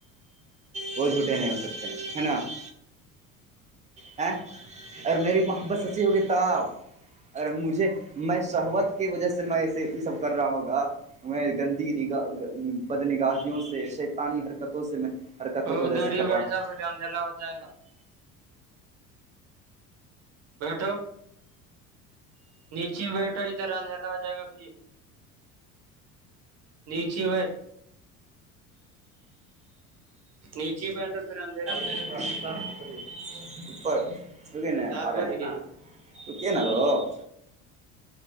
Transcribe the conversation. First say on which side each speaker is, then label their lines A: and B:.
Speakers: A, on the right; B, on the right.
A: کوئی جھوٹے نہیں ہو سکتے ہے نا <unintelligible> <unintelligible> ا ارے میری محبت سچی ہوگی تب اگر مجھے میں سہوت کی وجہ سے میںے یہ سب کر رہا ہوگا میں گندی نگاہ بد نگاہیوں سے شیطانی حرکتوں سے میں حرکتوں
B: او
A: کو وجہسے
B: ادھر ہی
A: کر
B: بیٹھ
A: رہا <unintelligible>
B: جا
A: <unintelligible>
B: پھر اندھیلا ہو جائے گا <unintelligible> <unintelligible> بیٹھو نیچے بیٹھو ادھر انلا ہو جائے گا پھر <unintelligible> <unintelligible> نیچی ب <unintelligible> <unintelligible> نیچ ہی بیٹھا سرے اندھیرا <unintelligible> <unintelligible>
A: اپر
B: پڑھائیں گے
A: ش کہنے
B: سات
A: آ رہے
B: بج
A: ہیں
B: گیا
A: <unintelligible> <unintelligible> تو کیا نا تو